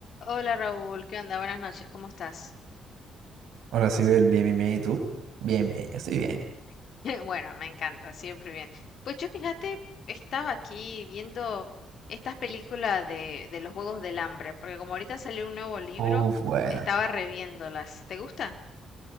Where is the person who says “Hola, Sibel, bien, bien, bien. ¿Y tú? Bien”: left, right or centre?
Right